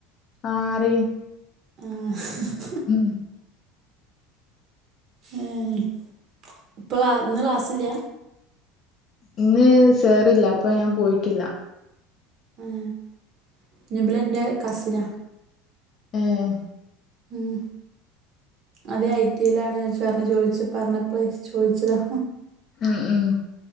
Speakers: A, on the left; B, on the right.
A: ആഹ് അറിയും
B: ആഹ് ഹ് ഹ്
A: ഉം
B: ഏഹ് ഇപ്പളാ ഇന്ന് ക്ലാസില്ല
A: ഇന്ന് സേറില്ല അപ്പൊ ഞാൻ പോയിട്ടില്ല
B: ഏഹ് നുബ് ല ന്റെ കസിനാ
A: ഏഹ്
B: ഉം അതെ ഐ ടി എ യിലാണ് ജ് പറഞ്ഞ ചോദിച്ച് പറഞ്ഞപ്പളെ ചോദിച്ചതാ
A: ഉം ഉം